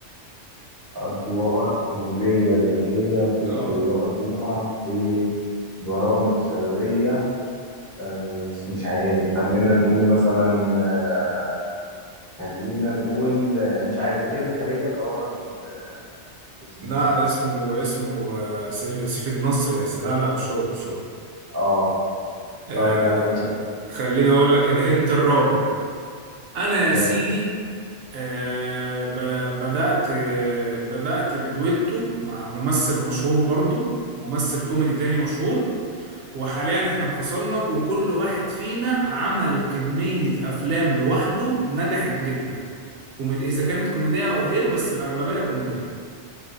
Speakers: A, on the left (about 15°); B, on the right (about 70°).
A: أدوار كوميدية ذكية وكنت
B: اه
A: بطلع في برامج شبابية آه، مش عارف خلينا نقول مثلا آه، خلينا نقول آه، مش عارف زكي زكريا اللي هو الراجل آه، اسمه
B: لا اسمه اسمه آه، سيف سيف النصر يا سلام لا لا مش هو مش هو
A: اه
B: آه
A: طيب هات انت
B: خليني اقول لك الهنت الرابع انا
A: ماشي
B: يا سيدي آه ب بدأت آه، بدأت بدويتو مع ممثل مشهور برضو ممثل كوميدي تاني مشهور وحاليا احنا انفصلنا وكل واحد فينا عمل كمية افلام لوحده نجحت جدا كوميدي اذا كانت كوميدية او غير بس الاغلبية كوميدية